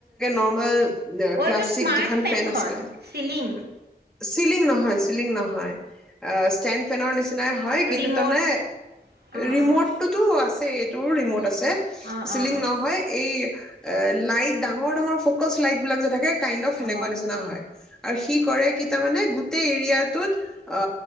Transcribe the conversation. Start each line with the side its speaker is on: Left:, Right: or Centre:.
Centre: Normal
Right: এইটো
Centre: ক্লাছিক
Right: স্মাৰ্ট
Centre: যিখন
Right: ফেনখন
Centre: ফেন আছিলে
Right: চিলিং
Centre: চিলিং নহয় চিলিং নহয়। ষ্টেণ্ড ফেনৰ নিচিনাই হয় কিন্তু
Right: ৰিম'ট
Centre: তাৰমানে
Right: অ',
Centre: ৰিমটটোতো
Right: অ', অ',
Centre: আছে এইটো ৰিমট
Right: অ',
Centre: আছে
Right: অ',
Centre: চিলিং
Right: অ', অ'।
Centre: নহয় এই লাইট ডাঙৰ ডাঙৰ ফ'কচ লাইট বিলাক যে থাকে। কিণ্ড অফ যেনেকুৱা
Right: অ', অ',
Centre: নিচনা হয়। আৰু সি কৰে কি তাৰমানে গোটেই এৰিয়াটোত অ